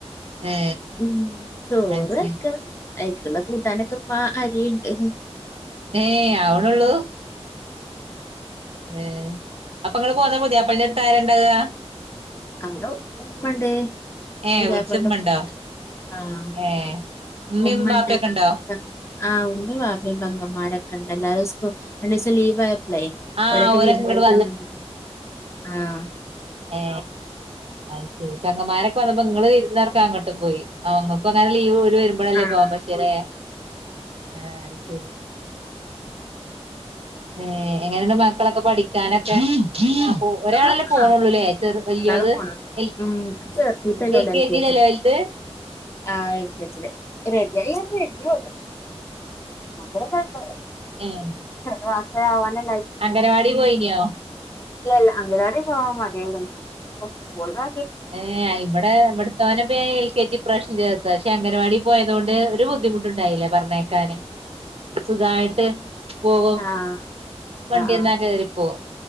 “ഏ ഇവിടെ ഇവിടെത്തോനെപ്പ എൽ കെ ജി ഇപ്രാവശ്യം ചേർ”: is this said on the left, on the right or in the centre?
Right